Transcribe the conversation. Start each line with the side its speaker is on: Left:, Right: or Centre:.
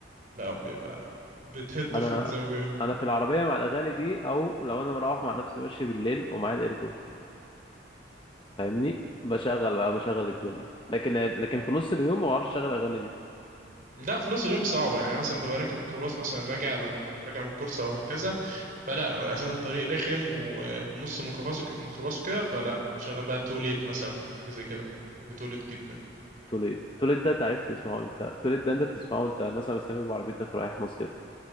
Right: لا بيبقى بتهد
Left: انا
Right: فرن زي ما بيقولوا
Left: انا في العربيه مع الاغاني دي او لو انا مروح مع نفسي ماشي بالليل ومعايا الايربودز فاهمني بشغل بقى بشغل الدنيا لكن آه، لكن في نص اليوم ما بعرفش اشغل اغاني دي
Right: لا في نص اليوم صعبة يعني أنا مثلا ببقى راكب ميكروباص مثلا راجع لما كنت راجع من الكورس أو هكذا فلا أنا عشان الطريق رخم وفي نص الميكروباص وك- الميكروباص وكده فلا شغل بقى توليت مثلا حاجة زي كده بحب توليت جدا
Left: توليت توليت ده انت عرفت تسمعه انت توليت ده انت تسمعه انت مثلا مسافر بعربيتك رايح مصيف